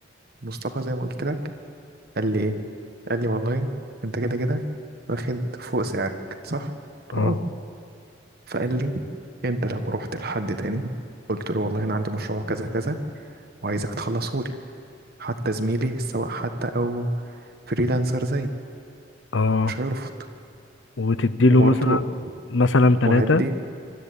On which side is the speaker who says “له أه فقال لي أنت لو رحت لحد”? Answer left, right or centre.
Right